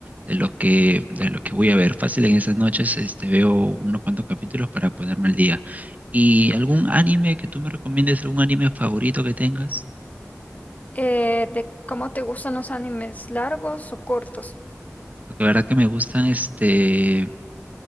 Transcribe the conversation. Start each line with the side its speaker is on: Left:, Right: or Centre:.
Right: de los que, de los que voy a ver. Fácil en esas noches, este, veo unos cuantos capítulos para ponerme al día. ¿Y algún anime que tú me recomiendes, algún anime favorito que tengas?
Left: eh, de cómo te gustan los animes, largos o cortos,
Right: Lo que verdad que me gustan, este,